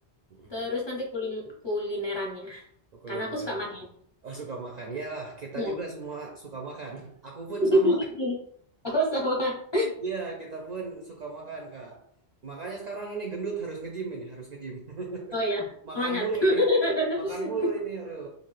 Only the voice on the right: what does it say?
Mm-mm.
Kulineran.
Oh, suka makan. Ya, kita
juga semua suka makan. <laughs> Aku pun
sama.
Iya, kita pun suka makan, Kak. Makanya sekarang ini gendut harus nge-gym ini, harus nge-gym. <laughs>
Makan
mulu ini.
Makan mulu ini, aduh.